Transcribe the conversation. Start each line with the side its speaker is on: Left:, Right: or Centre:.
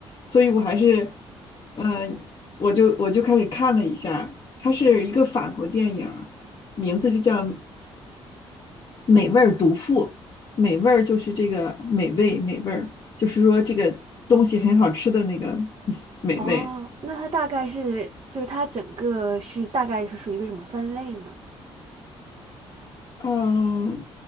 Left: 所以我还是。呃我就我就开始看了一下，它是一个法国电影名字就叫《美味毒妇》。美味儿就是这个美味，美味儿就是说这个东西很好吃的那个美味。
Right: 哦，那它大概是就是它整个是大概是属于一个什么分类呢？
Left: 嗯，呃